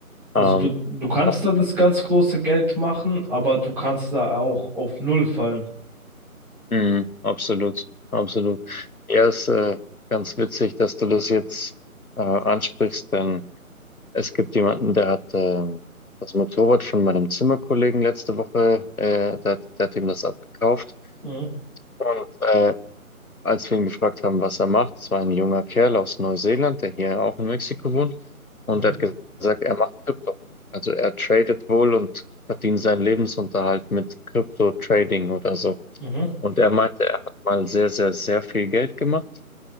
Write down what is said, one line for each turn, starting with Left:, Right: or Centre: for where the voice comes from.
Centre: Also
Left: Ähm,
Centre: du, du kannst
Left: das,
Centre: da das ganz große Geld machen, aber du kannst da auch auf Null fallen.
Left: mhm. Absolut. Absolut. Ja, ist äh, ganz witzig, dass du das jetzt äh, ansprichst, denn es gibt jemanden, der hat ähm, das Motorrad von meinem Zimmerkollegen letzte Woche, äh, der, hat- der hat ihm das abgekauft.
Centre: Mhm,
Left: Und äh, als wir ihn gefragt haben, was er macht, es war ein junger Kerl aus Neuseeland, der hier auch in Mexiko wohnt, und
Centre: mhm,
Left: er hat ge- gesagt, er macht Krypto. Also er tradet wohl und verdient seinen Lebensunterhalt mit Krypto-Trading oder so.
Centre: mhm,
Left: Und er meinte, er hat mal sehr, sehr, sehr viel Geld gemacht